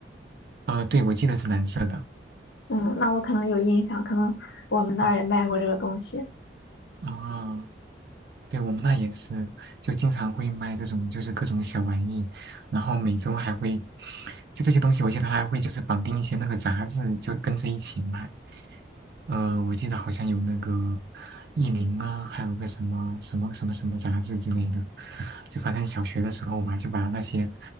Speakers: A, on the right; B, on the left.
A: 呃，对，我记得是蓝色的。
B: 嗯，那我可能有印象，可能我们那儿也卖过这个东西
A: 嗯啊，对，我们那也是，就经常会卖这种就是各种小玩意，然后每周还会，就这些东西，我记得还会就是绑定一些那个杂志，就跟着一起卖。呃，我记得好像有那个意林啊，还有个什么什么什么什么杂志之类的，就反正小学的时候吧，就把那些